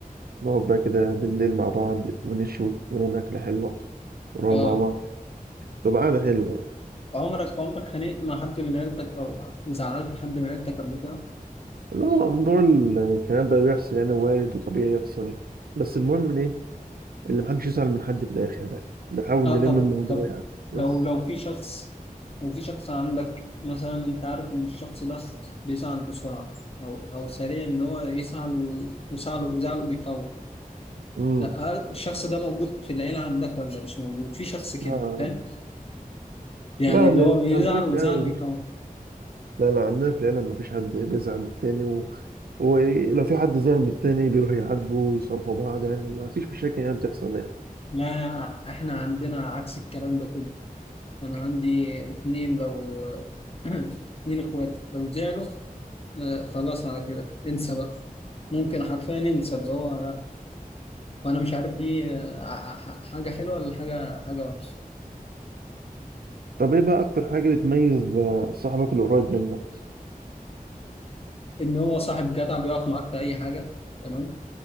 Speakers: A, on the right; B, on the left.
A: نقعد بقى كده بالليل مع بعض ونشوي ونعمل أكلة حلوة ونقعد
B: آه،
A: مع بعض تبقى قعدة حلوة يعني
B: عمرك عمرك خانقت مع حد من عيلتك او زعلت حد من عيلتك قبل كده
A: اللي هو موضوع الخيال ده بيحصل يعني وارد وطبيعي يحصل بس المهم إن إيه اللي محدش يزعل من حد في الآخر يعني بنحاول
B: اه
A: نلم
B: طب
A: الموضوع
B: طب
A: يعني بس
B: لو لو في شخص لو في شخص عندك مثلا انت عارف ان الشخص ده بيزعل بسرعه او او سريع ان هو يزعل و- وزعله زعله بيطول
A: امم
B: لا، هل الشخص ده موجود في العيله عندك ولا مش موجود في شخص كده
A: لا
B: فاهم يعني
A: لا
B: اللي
A: م-
B: هو بيزعل
A: عندنا في
B: وزعله
A: العيلة مفيش-
B: بيطول
A: لا لا عندنا في العيلة مفيش حد بيزعل من التاني و... ولو في حد زعل من التاني بيروح يعاتبه ويصالحوا بعض يعني مفيش مشاكل يعني بتحصل يعني
B: لا احنا عندنا عكس الكلام ده كله انا عندي اتنين لو <coughs> <clears throat> اتنين اخوات لو زعلوا آه، خلاص على كده انسى بقى ممكن حرفيا انسى اللي هو وانا مش عارف دي آه، ح- ح- حاجه حلوه ولا حاجه حاجه وحشه
A: طب ايه بقى اكتر حاجة بتميز آه، صاحبك اللي قريب منك
B: ان هو صاحب جدع بيقف معاك في اي حاجه تمام